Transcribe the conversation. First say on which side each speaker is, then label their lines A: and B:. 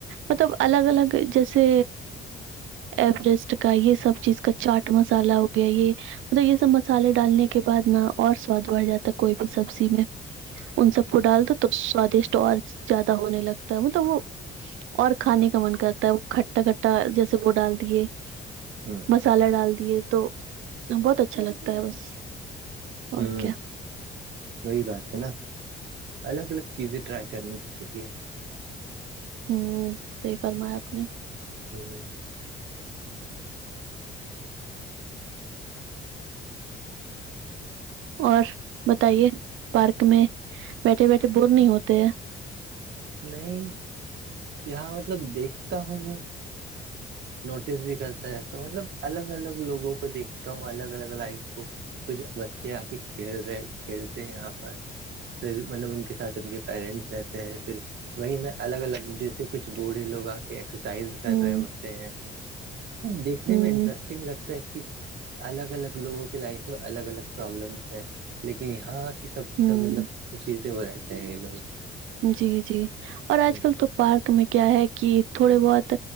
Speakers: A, on the right; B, on the right.
A: مطلب الگ الگ جیسے ایورورسٹ کا یہ سب چیز کا چاٹ مسالہ ہو گیا یہ مطب یہ سب مسالے ڈالنے کے بعد نہ اور سواد بڑھ جاتا کوئی بھی سبزی میں ان سب کو ڈال دو تو سوادشٹ اور زیادہ ہونے لگتا ہے مطلب وہ اور کھانے کا من کرتا ہے وہ کھٹا کھٹا جیسے وہ ڈال دیے
B: ہ
A: مسالہ ڈال دیے تو بہت اچھا
B: ہوں
A: لگتا ہے بس اور کیا
B: وہی بات ہے نا الگ الگ چیزیں ٹرائی کرنی چاہیے
A: ہوں صحی فرما ہے آپ نے
B: ہوں ہ
A: اور بتائیے پارک میں بیٹھے بیٹھے بور نہیں ہوتے ہیں
B: نہیں یہاں مطلب دیکھتا ہوں نوٹس بھی کرتا ہے تو مطلب الگ الگ لوگوں کو دیکھتا ہوں الگ الگ لائف کو کچھ بچے آ کے کھیل رہے کھیلتے ہیں یہاں پر پھر مطلب ان کے ساتھ ان کے پیرنٹس رہتے ہیں پھر وہی میں الگ الگ جیسے کچھ بوڑھے لوگ آ ایکسرسائز کر
A: ہوں
B: رہے ہوتے ہیں دیکھنے
A: ہوں
B: میں انٹرسٹنگ لگتا ہے کہ الگ الگ لوگوں کی لائف میں الگ الگ پرابلمس ہے لیکن یہاں کی سب کے
A: ہوں
B: سب مطلب خوشی سے وہ رہتے ہیں یہ لوگ
A: جی جی اور آج
B: ہ
A: کل تو پارک میں کیا ہے کہ تھوڑے بہت